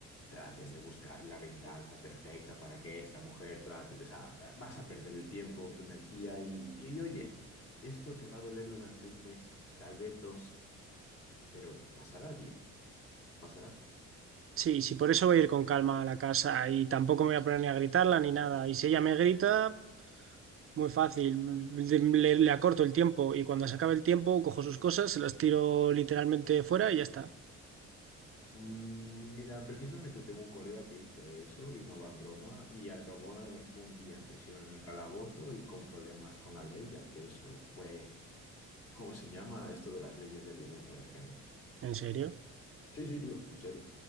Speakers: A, on the left; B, on the right.
A: trates de buscar la venganza perfecta para que esta mujer trate de... O sea, vas a perder el tiempo, tu energía y, y oye, esto te va a doler durante un mes, tal vez dos, pero pasará, tío, pasará.
B: Sí, sí, por eso voy a ir con calma a la casa y tampoco me voy a poner ni a gritarla ni nada. Y si ella me grita, muy fácil, le, le acorto el tiempo y cuando se acabe el tiempo cojo sus cosas, se las tiro literalmente fuera y ya está.
A: Mm, Mira, precisamente tengo un colega que hizo eso y no va en broma y acabó eh, un día en prisión en el calabozo y con problemas con la ley, ya que eso fue, ¿cómo se llama esto de las leyes de violencia de género?
B: ¿En serio?
A: Sí, sí, tío, en serio.